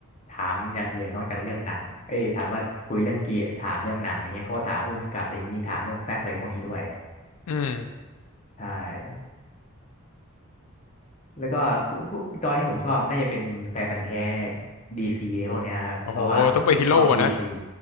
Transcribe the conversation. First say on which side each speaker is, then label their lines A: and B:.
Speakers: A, on the left; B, on the left.
A: ถามอย่างอื่นนอกจากเรื่องหนังเอ้ยถามว่าคุยเรื่องเกียถามเรื่องหนังอะไรเงี้ยเขาก็ถามภูมิกับอะไรอย่างงี้ถามเรื่องแฟกต์อะไรพวกนี้ด้วย
B: อืม
A: ใช่ แล้วก็พวกพวกตอนนี้ผมชอบน่าจะเป็นแฟนพันธุ์แท้ดีซีอะไรพวกเนี้ยครับ
B: โอ้โหซูเปอร์ฮีโร่อะนะ
A: เพราะว่าผมชอบโอดีซี